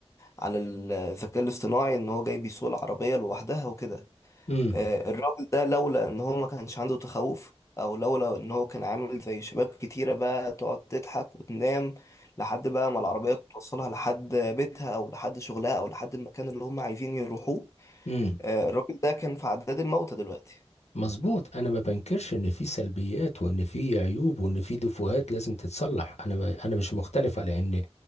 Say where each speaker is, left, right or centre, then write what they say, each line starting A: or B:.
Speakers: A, on the left; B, on the left.
A: على الذكاء الاصطناعي ان هو جاي بيسوق العربيه لوحدها وكده
B: امم
A: آه، الراجل ده لولا ان هو ما كانش عنده تخوف او لولا ان هو كان عامل زي شباب كتيره بقى تقعد تضحك وتنام لحد بقى ما العربيه توصلها لحد بيتها او لحد شغلها او لحد المكان اللي هم عايزين يروحوه
B: امم
A: آه، الراجل ده كان في عداد الموتى دلوقتي
B: مظبوط انا ما بنكرش ان في سلبيات وان في عيوب وان في دفوهات لازم تتصلح انا ب... انا مش مختلف على ان